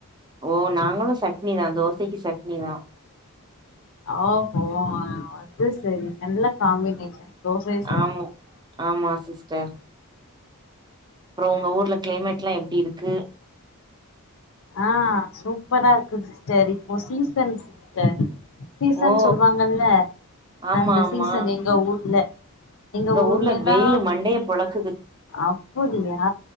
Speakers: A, on the right (about 20°); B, on the left (about 60°).
A: ஓ நாங்களு சட்னிதா தோசைக்கி சட்னிதா
B: ஓஹோ அது சரி நல்ல காம்பினேஷன் தோசை சட்னி
A: ஆமா ஆமா சிஸ்டர். அப்றோ உங்க ஊர்ல கிளைமேட்லா எப்டி இருக்கு?
B: ஆ சூப்பரா இருக்கு சிஸ்டர். இப்போ சீசன் சிஸ்டர் சீசன்
A: ஓ
B: சொல்வாங்கல்ல
A: ஆமா
B: அந்த
A: ஆமா
B: சீசன் எங்க ஊர்ல. எங்க ஊர்லன்னா
A: ஊர்ல வெயிலு மண்டைய பொளக்குது
B: அப்புடியா